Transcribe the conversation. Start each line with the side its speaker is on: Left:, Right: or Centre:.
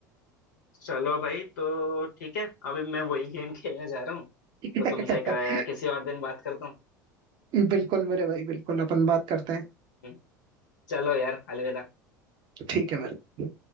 Left: चलो भाई तो ठीक है अभी मैं वही गेम खेलने जा रहा हूँ
Right: <laughs>
Left: तो तुमसे क- किसी और दिन बात करता हूँ
Right: बिल्कुल मेरे भाई बिल्कुल अपन बात करते हैं
Left: हम्म, चलो यार अलविदा
Right: ठीक है मेरे